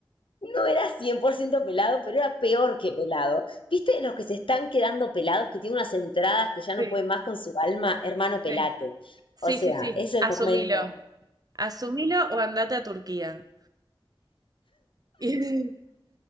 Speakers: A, on the left (about 70°); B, on the right (about 45°).
A: no era 100% pelado, pero era peor que pelado. ¿Viste los que se están quedando pelados, que tienen unas entradas que ya
B: sí,
A: no pueden más con su alma? Hermano, pelate.
B: sí, Sí,
A: O sea,
B: sí, sí,
A: es el
B: asumilo.
A: momento.
B: Asumilo o andate a Turquía. <laughs> Y-